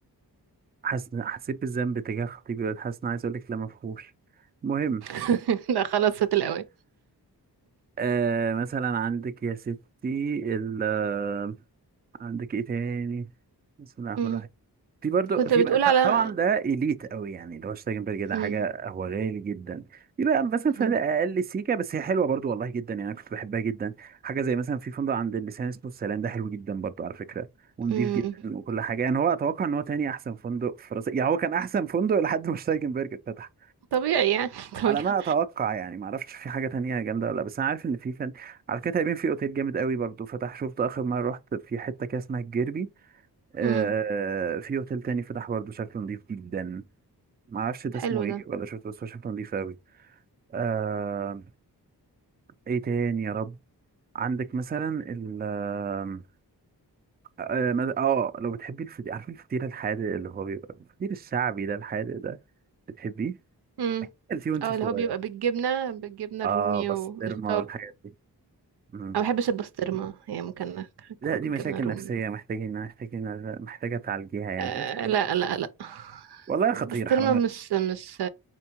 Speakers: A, on the right; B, on the right.
A: حس... حسيت بالذنب تجاه خطيبي دلوقتي حاسس إن أنا عايز أقول لك لا مفهوش المهم
B: <laughs> لا خلاص فات الاوان
A: آه، مثلا عندك يا ستي ال... آه، عندك إيه تاني بسم الله الرحمن
B: مم.
A: الرحيم في برضو
B: كنت
A: في
B: بتقول
A: بقى-
B: على
A: ط- طبعا ده اليت قوي يعني اللي هو شتايجنبرج ده
B: مم.
A: حاجه هو غالي جدا في بقى مثلا فنادق
B: مم.
A: اقل سيكه بس هي حلوه برضو والله جدا يعني انا كنت بحبها جدا حاجه زي مثلا في فندق عند اللسان اسمه السلام ده حلو جدا برضو على فكره ونضيف
B: مم.
A: جدا وكل حاجه يعني هو اتوقع ان هو تاني احسن فندق في راس يعني هو كان احسن فندق لحد ما شتايجنبرج اتفتح
B: طبيعي يعني <laughs>
A: على
B: طبيعي
A: ما اتوقع يعني ما اعرفش في حاجه تانية جامده ولا لا. بس انا عارف ان في فن على كده تقريبا في اوتيل جامد قوي برضو فتح شفته اخر مره رحت في حته كده اسمها الجيربي آه
B: مم.
A: في اوتيل تاني فتح برضه شكله نضيف جدا ما اعرفش ده اسمه
B: حلو
A: ايه
B: ده
A: ولا شفته بس هو شكله نضيف قوي آه ايه تاني يا رب عندك مثلا ال اه آه، مد- آه، لو بتحبي الفطير عارفه الفطير الحادق اللي هو بيبقى الفطير الشعبي ده الحادق ده بتحبيه
B: امم
A: اكيد أكلتيه وانت
B: اه
A: صغير
B: اللي هو بيبقى بالجبنة بالجبنة
A: اه
B: الرومي
A: بسطرمه
B: والشطة
A: والحاجات دي مم.
B: انا ما بحبش البسطرمة يعني ممكن اكله
A: لا دي
B: بالجبنة
A: مشاكل
B: الرومي
A: نفسية
B: بس
A: محتاجين محتاجين محتاجة تعالجيها يعني
B: آه
A: بس
B: لا لا لا
A: والله خطير
B: البسطرمة
A: حرام عليك
B: مش مش